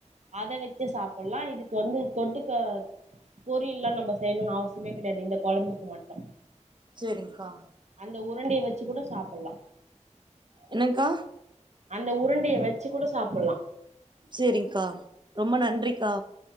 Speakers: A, on the right (about 65°); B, on the right (about 40°).
A: அத வச்சு சாப்புட்லா இதுக்கு வந்து தொட்டுக்க பொரியல்லா நம்ப செய்யணுனு அவசியமே கடையாது இந்த கொழம்புக்கு மட்டு
B: சேரிங்க்கா
A: அந்த உருண்டைய வச்சு கூட சாப்புட்லா
B: என்னங்க்கா
A: அந்த உருண்டய வச்சு கூட சாப்புட்லா
B: சேரிங்க்கா, ரொம்ப நன்றிக்கா